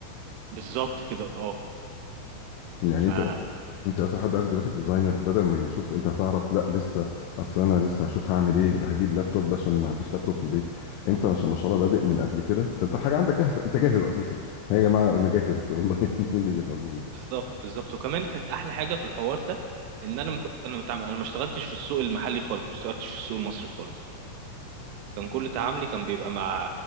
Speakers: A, on the right (about 80°); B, on the left (about 90°).
A: بالظبط كده
B: يعني انت
A: اه
B: بس انت اصلا حد عايز جرافيك ديزاينر بدل ما يشوف انت هتعرف لا لسه اصل انا لسه هشوف هعمل ايه ده هجيب لابتوب عشان ما عنديش لابتوب في البيت انت عشان ما شاء الله بادئ من قبل كده فانت الحاجه عندك جاهزه انت جاهز اساسا هي يا جماعه انا جاهز والله <laughs> مين اللي موجود
A: بالظبط بالظبط وكمان كانت احلى حاجه في الحوار ده ان انا مك... انا ما متعامل... انا ما اشتغلتش في السوق المحلي خالص ما اشتغلتش في السوق المصري خالص كان كل تعاملي كان بيبقى مع